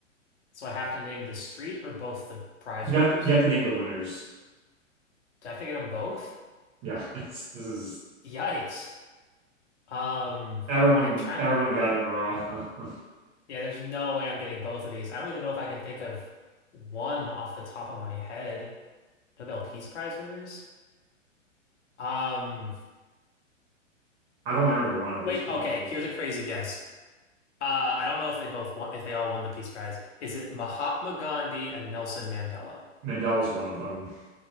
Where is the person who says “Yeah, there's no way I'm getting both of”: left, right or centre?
Left